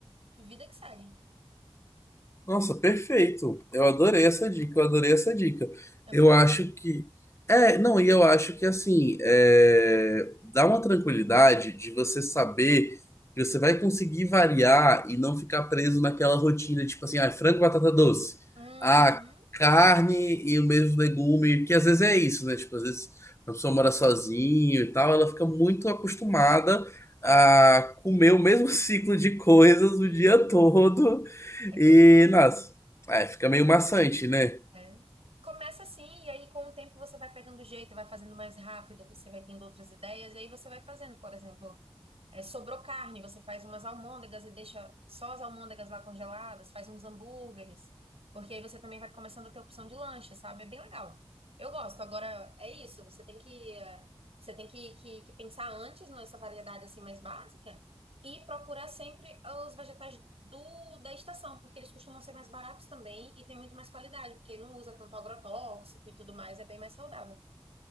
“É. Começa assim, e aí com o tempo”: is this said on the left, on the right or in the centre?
Right